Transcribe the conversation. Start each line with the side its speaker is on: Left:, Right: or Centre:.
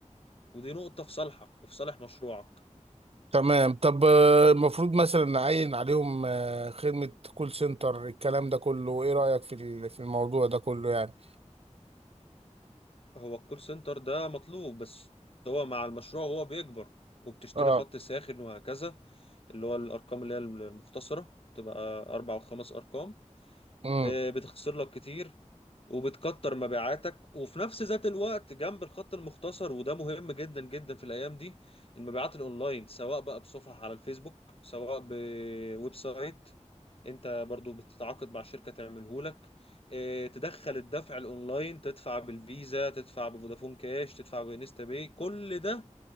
Left: ودي نقطه في صالحك وفي صالح مشروعك
Right: تمام طب آه، المفروض مثلا نعين عليهم آه، خدمة كول سنتر الكلام ده كله ايه رأيك في ال- في الموضوع ده كله يعني
Left: هو الكول سنتر ده مطلوب بس هو مع المشروع هو بيكبر وبتشتري
Right: اه
Left: خط ساخن وهكذا اللي هو الارقام اللي هي المختصره تبقى اربع وخمس ارقام
Right: امم
Left: آه، بتخسر لك كتير وبتكتر مبيعاتك وفي نفس ذات الوقت جنب الخط المختصر وده مهم جدا جدا في الايام دي المبيعات الاونلاين سواء بقى بصفحة على الفيسبوك سواء بويب سايت انت برضو بتتعاقد مع شركة تعمله لك اه تدخل الدفع الاونلاين تدفع بالفيزا تدفع بفودافون كاش تدفع بانستا باي كل ده